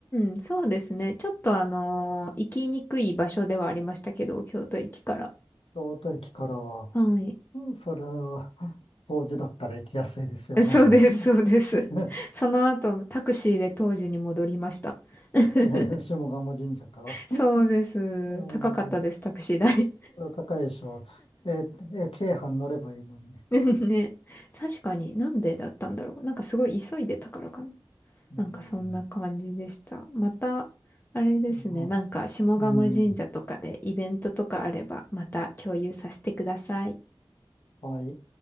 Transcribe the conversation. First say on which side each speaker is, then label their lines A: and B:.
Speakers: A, on the left; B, on the left.
A: ん、そうですね。ちょっとあのー行きにくい場所ではありましたけど、京都駅から。
B: う。京都駅からは、
A: はい。
B: うんそれは、当時だったら行きやすいですよね。
A: そうです、そうです。
B: <laughs> え
A: その後、タクシーで当時に戻りました。<laughs>
B: ー下鴨神社から。
A: そうです。
B: う
A: 高かったです、
B: ん、
A: タクシー代。
B: 高いでしょえー、えー京阪乗ればいいのに。
A: <laughs> ね。確かに、なんでだったんだろう。なんかすごい急いでたからかな。
B: うん、
A: なんかそんな感じでした。また、あれですね。
B: まあ、
A: なんか、下鴨神社とかでイベントとかあれば、
B: うん、
A: また共有させてください。
B: はい。